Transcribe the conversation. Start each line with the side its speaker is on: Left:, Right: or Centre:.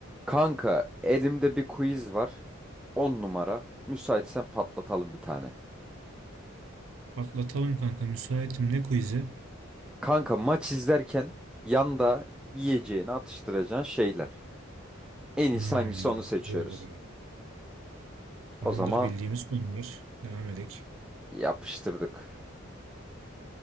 Centre: Kanka elimde bir quiz var. 10 numara. Müsaitsen patlatalım bir tane.
Right: Patlatalım kanka müsaitim ne quiz'i?
Centre: Kanka maç izlerken yanda yiyeceğini atıştıracağın şeyler. En iyisi
Right: Hmm,
Centre: hangisi onu seçiyoruz.
Right: güzel olur ya. Tamamdır
Centre: O zaman
Right: bildiğimiz konular. Devam edek.
Centre: yapıştırdık.